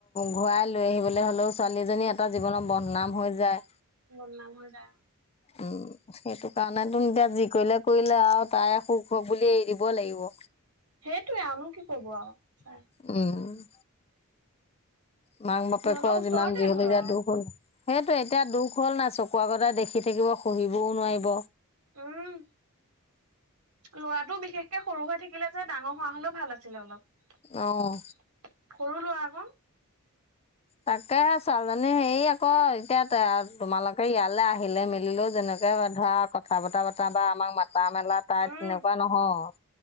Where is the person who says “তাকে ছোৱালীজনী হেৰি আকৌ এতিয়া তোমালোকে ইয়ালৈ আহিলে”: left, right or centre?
Left